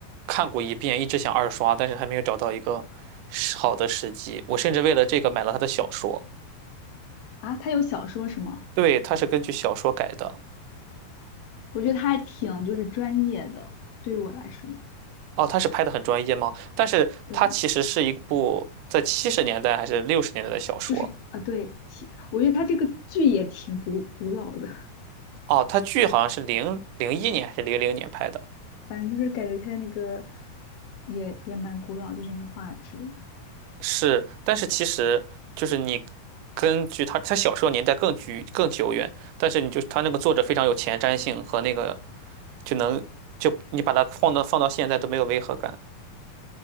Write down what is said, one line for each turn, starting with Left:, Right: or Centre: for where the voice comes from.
Right: 看过一遍，一直想二刷，但是还没有找到一个时好的时机。我甚至为了这个买了他的小说，
Left: 啊，他有小说是吗？
Right: 对，他是根据小说改的。
Left: 我觉得他还挺就是专业的，对于我来说，
Right: 哦，他是拍的很专业吗？但是它其实是一部在七十年代还是六十年代的小说。
Left: 对，就是啊，对，其我觉得他这个剧也挺古古老的，
Right: 哦，他剧好像是零零一年还是零零年拍的，
Left: 反正就是感觉他的那个也也蛮古老，就是那个画质。
Right: 是，但是其实就是你根据他他小说年代更久更久远，但是你就他那个作者非常有前瞻性和那个就能就你把它放到放到现在都没有违和感